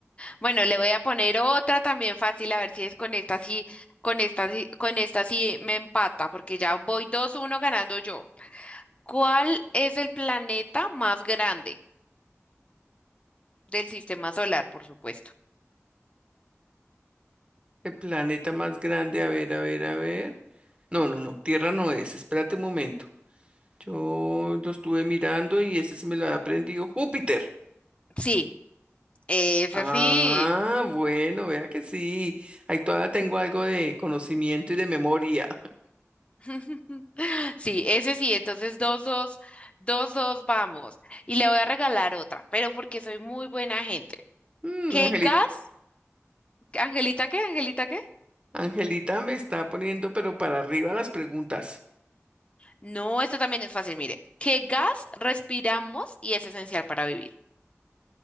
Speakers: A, on the left; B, on the right.
A: Bueno, le voy a poner otra también fácil, a ver si es con esta sí, con esta sí, con esta sí me empata, porque ya voy dos uno ganando yo. ¿Cuál es el planeta más grande del sistema solar, por supuesto?
B: el planeta más grande, a ver, a ver, a ver. No, no, no, Tierra no es, espérate un momento. Yo lo estuve mirando y ese sí me lo ha aprendido Júpiter.
A: Sí, ese
B: Ah,
A: sí.
B: bueno, vea que sí. Ahí todavía tengo algo de conocimiento y de memoria.
A: <laughs> Sí, ese sí, entonces dos dos dos dos vamos. Y le voy a regalar otra, pero porque soy muy buena gente.
B: Mm,
A: ¿Qué
B: Angelita,
A: gas? ¿Angelita qué? ¿Angelita qué?
B: Angelita me está poniendo pero para arriba las preguntas.
A: No, esta también es fácil, mire. ¿Qué gas respiramos y es esencial para vivir?